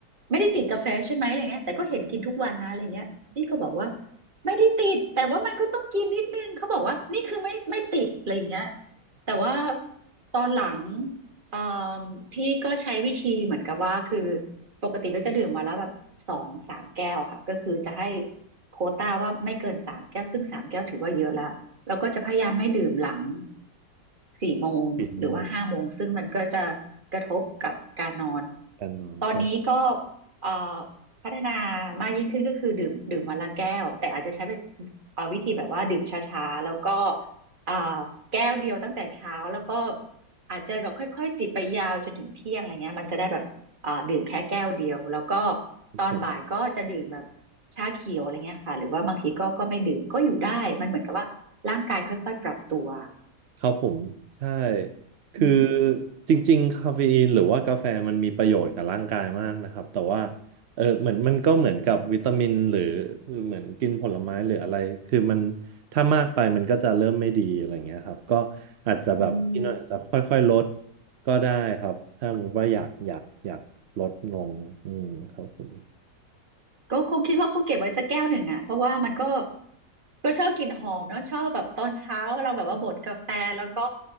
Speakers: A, on the right; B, on the right.
A: ไม่ได้ติดกาแฟใช่ไหมอะไรเงี้ยแต่ก็เห็นกินทุกวันนะอะไรเงี้ยพี่ก็บอกว่า ไม่ได้ติดแต่ว่ามันก็ต้องกินนิดนึงเขาบอกว่านี่คือไม่ไม่ติดอะไรอย่างเงี้ยแต่ว่าตอนหลังเอ่อพี่ก็ใช้วิธีเหมือนกับว่าคือปกติก็จะดื่มวาแลวแบบสองสามแก้วค่ะก็คือจะให้โควต้าว่าไม่เกินสามแก้วซึ่งสามแก้วถือว่าเยอะละเราก็จะพยายามไม่ดื่มหลังสี่โมงหรือว่าห้าโมงซึ่งมันก็จะ
B: <laughs> ปิดโมง
A: กระทบกับการนอน
B: การนอนครับ
A: ตอนนี้ก็เอ่อ พัฒนามากยิ่งขึ้นก็คือดื่มดื่มวันละแก้วแต่อาจจะใช้เป็นเอ่อวิธีแบบว่าดื่มช้าๆแล้วก็อ่าแก้วเดียวตั้งแต่เช้าแล้วก็อาจจะแบบค่อยๆจิบไปยาวจนถึงเที่ยงอะไรเงี้ยมันจะได้แบบอ่าดื่มแค่แก้วเดียวแล้วก็
B: ผม
A: ตอนบ่ายก็จะดื่มแบบชาเขียวอะไรเงี้ยค่ะหรือว่าบางทีก็ก็ไม่ดื่มก็อยู่ได้มันเหมือนกับว่าร่างกายค่อยๆปรับตัว
B: ครับผมใช่คือ
A: อืม
B: จริงๆคาเฟอีนหรือว่ากาแฟมันมีประโยชน์กับร่างกายมากนะครับแต่ว่าเออเหมือนมันก็เหมือนกับวิตามินหรือเหมือนกินผลไม้หรืออะไรคือมันถ้ามากไปมันก็จะเริ่มไม่ดีอะไรเงี้ยครับก็อาจจะแบบพี่หน่อยอาจจะค่อยๆลด
A: อืม
B: ก็ได้ครับถ้าสมมติว่าอยากอยากอยากลดลงอืมครับผม
A: ก็คงคิดว่าคงเก็บไว้สักแก้วหนึ่งอ่ะเพราะว่ามันก็ ก็ชอบกลิ่นหอมเนาะชอบแบบตอนเช้าเราแบบว่าบดกาแฟแล้วก็